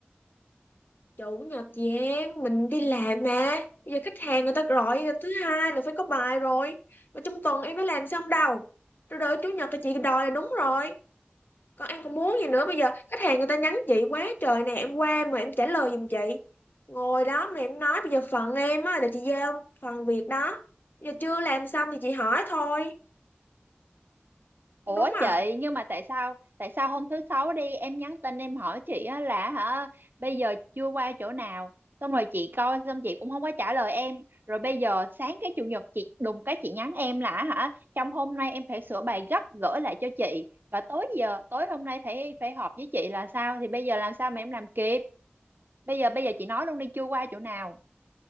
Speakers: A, on the left; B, on the right.
A: chủ nhật chị em mình đi làm mà bây giờ khách hàng người ta gọi là thứ hai là phải có bài rồi mà trong tuần em phải làm sao không đâu rồi đợi chủ nhật thì chị đòi là đúng rồi còn em còn muốn gì nữa bây giờ khách hàng người ta nhắn chị quá trời nè em qua mà em trả lời giùm chị ngồi đó mà em nói bây giờ phần em á là chị giao phần việc đó Bây giờ chưa làm xong thì chị hỏi thôi không
B: Ủa
A: đúng à
B: chị nhưng mà tại sao tại sao hôm thứ sáu đi em nhắn tin em hỏi chị á là hả bây giờ chưa qua chỗ nào xong rồi chị coi xong chị cũng không có trả lời em rồi bây giờ sáng cái chủ nhật chị đùng cái chị nhắn em là hả trong hôm nay em phải sửa bài gấp gửi lại cho chị và tối giờ tối hôm nay phải phải họp với chị là sao thì bây giờ làm sao mà em làm kịp bây giờ bây giờ chị nói luôn đi chưa qua chỗ nào